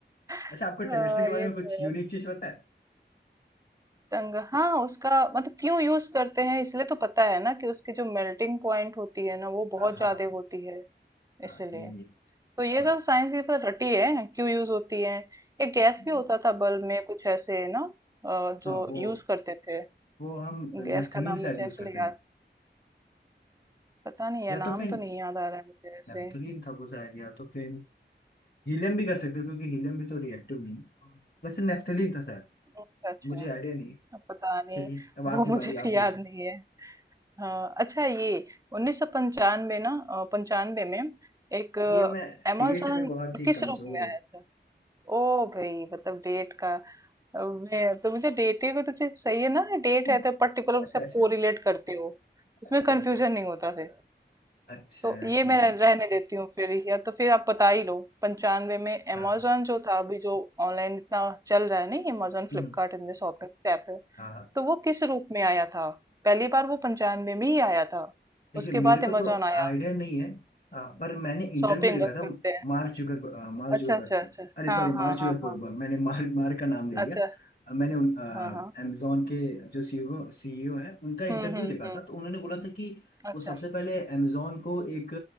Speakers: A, on the right; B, on the left.
A: <laughs>
B: अच्छा आपको
A: हाँ,
B: टंगस्टन के बारे
A: ये
B: में
A: तो
B: कुछ
A: है
B: यूनिक चीज पता है
A: टंग हाँ उसका मतलब क्यों यूज करते हैं इसलिए तो पता है ना कि उसकी जो मेल्टिंग पॉइंट होती है ना वो बहुत
B: हाँ
A: ज्यादा होती है
B: हाँ
A: इसलिए
B: ये भी
A: तो ये
B: हाँ
A: सब साइंस की पर रटी है क्यों यूज होती है एक गैस
B: हाँ
A: भी होता था बल्ब में कुछ ऐसे ना अ, जो
B: वो
A: यूज करते थे
B: वो हम
A: गैस
B: नेफ्थेनिल
A: का नाम मुझे
B: शायद यूज
A: एक्चुअली
B: करते
A: याद
B: थे
A: पता नहीं है
B: या
A: नाम
B: तो फिर
A: तो नहीं याद आ रहा है मुझे ऐसे
B: नेफ्थलीन था वो शायद या तो फिर हीलियम भी कर सकते थे क्योंकि हीलियम भी तो रिएक्टिव नहीं है। वैसे नेफ्थलीन था शायद
A: अच्छा अच्छा
B: मुझे आइडिया नहीं है
A: अब पता नहीं
B: चलिए अब आपकी
A: वो मुझे
B: बारी
A: भी
B: आप पूछे
A: याद नहीं है हाँ अच्छा ये उन्नीस सौ पंचानवे ना अ, पंचानवे में एक
B: ये मैं
A: अमेजोन
B: डेट में बहुत ही
A: किस
B: कमजोर
A: रूप में
B: हूँ
A: आया था ओ भाई मतलब डेट का मैं तो मुझे डेटिंग तो चीज सही है ना डेट
B: <laughs>
A: है तो पर्टिकुलर उससे
B: अच्छा
A: आप
B: अच्छा
A: कोरिलेट करते हो उसमें
B: अच्छा
A: कंफ्यूजन
B: अच्छा
A: नहीं होता फिर
B: अच्छा
A: तो ये
B: ठीक
A: मैं रह-
B: है
A: रहने देती हूँ फिर या तो फिर आप बता ही लो पंचानवे में Amazon
B: हाँ
A: जो था अभी जो ऑनलाइन इतना चल रहा है नहीं Amazon फ्लिपकार्ट
B: हम्म,
A: इनमें शॉपिंग ऐप है
B: हाँ हाँ।
A: तो वो किस रूप में आया था पहली बार वो पंचानवे में ही आया था
B: देखिए
A: उसके
B: मेरे
A: बाद
B: को
A: Amazon
B: तो
A: आया
B: आइडिया नहीं है आ, पर मैंने इंटरव्यू
A: शॉपिंग
B: देखा
A: बस
B: था
A: करते हैं
B: मार्क जुगर आ, मार्क
A: अच्छा
B: जुगरबर्ग
A: अच्छा अच्छा
B: का अरे
A: हाँ
B: सॉरी
A: हाँ
B: मार्क जुगरबर्ग
A: हाँ हाँ
B: मैंने मार्क मार्क का नाम ले लिया
A: अच्छा
B: आ, मैंने उन अमेजोन
A: हाँ हाँ
B: के जो सीईओ सीईओ हैं उनका इंटरव्यू
A: हम्म हम्म
B: देखा
A: हम्म
B: था तो उन्होंने बोला था कि
A: अच्छा
B: वो सबसे पहले अमेजोन को एक